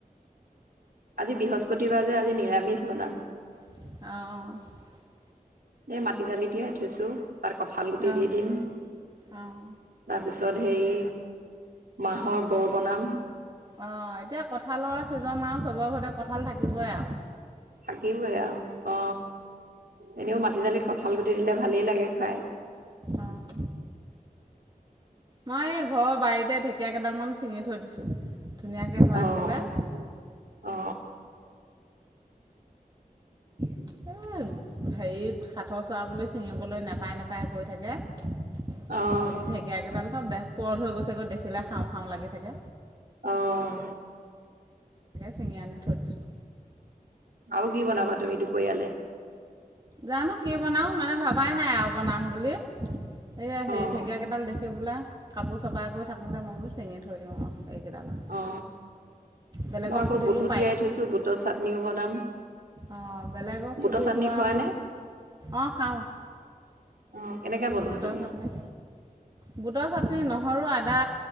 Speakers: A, on the right (about 75°); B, on the right (about 30°).
A: আজি বৃহস্পতিবাৰ যে আজি নিৰামিষ বনাম
B: অ
A: এ মাটি দালি তিয়াই থৈছো তাত কঁঠাল গুটি
B: অঁ
A: দি দিম তাৰপিছত
B: অঁ
A: পিছত হেৰি মাহৰ বৰ বনাম
B: অ এতিয়া কঁঠালৰ ছিজন আও চবৰে ঘৰতে কঁঠাল থাকিবই আও
A: থাকিবই আও অ এনেও মাটি দালিত কঁঠাল গু টি দিলে ভালেই লাগে খাই
B: অঁ মই এই ঘৰৰ বাৰীতে ঢেকীয়া কেইডালমান চিঙি থৈ দিছোঁ ধুনীয়াকে হৈ
A: অ'
B: আছিলে
A: অ
B: এই হেৰি সাথৰ চোৱা বুলি ছিঙিবলৈ নেপায় নেপায় কৈ থাকে মই
A: অ'
B: বোলো ঢেকীয়াকেইডাল পুৰথ হৈ গৈছেগৈ দেখিলে খাওঁ খাওঁ লাগি থাকে
A: অ'
B: চিঙি আনি থৈ দিছোঁ
A: আও কি বনাবা তুমি দুপৰিয়ালে
B: জানো কি বনাও মানে ভাবাই নাই আও বনাম বুলি এই হেৰি
A: অ'
B: ঢেকীয়াকেইডাল দেখি বোলা কাপোৰ চপা কৰি থাকোঁতে মই বোলো চিঙি থৈ দিওঁ আৰু এইকেইডালকে
A: অ
B: বেলেগক
A: মই আকৌ
B: সুধিলোঁ
A: বুটো তিয়াই থৈছো বুটৰ চাটনিও বনাম
B: অ বেলেগক
A: বুটৰ
B: সুধিলোঁ
A: চাটনি খোৱা
B: আও
A: নে?
B: অ খাওঁ
A: অ কেনেকে বনোৱা
B: বুটৰ
A: তুমি
B: চাটনি বুটৰ চাটনি নহৰু আদা